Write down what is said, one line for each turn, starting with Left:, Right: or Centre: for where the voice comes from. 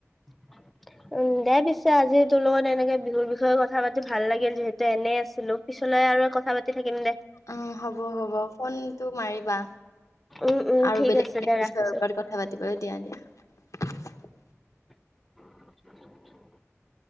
Centre: <unintelligible> উম দে পিছে আজি তোৰ লগত এনেকে বিহুৰ বিষয়ে কথা পাতি ভাল লাগিল। যিহেতু এনে আছিলো পিছলে আৰু কথা পাতি থাকিম দে।
Left: অ হ'ব হ'ব ফোনটো মাৰিবা।
Centre: উম, উম,
Left: আৰু
Centre: ঠিক
Left: বেলেগ
Centre: আছে
Left: বেলেগ
Centre: দে ৰাখিছো।
Left: বিষয়ৰ ওপৰত কথা পাতিবলৈ দিয়া দিয়া।
Centre: <unintelligible>